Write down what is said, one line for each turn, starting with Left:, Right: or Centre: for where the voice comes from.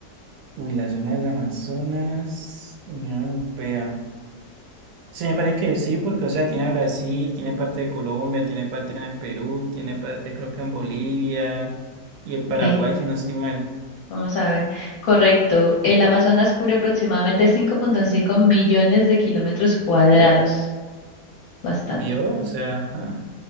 Right: Uy, la zona del Amazonas, Unión Europea. Se me parece que sí, porque, o sea, tiene a Brasil, tiene parte de Colombia, tiene parte en el Perú, tiene parte creo que en Bolivia y en Paraguay,
Left: Ok,
Right: si no estoy mal.
Left: Vamos a ver. Correcto. El Amazonas cubre aproximadamente cinco punto cinco millones de kilómetros cuadrados. Bastante.
Right: Vio, o sea, ajá,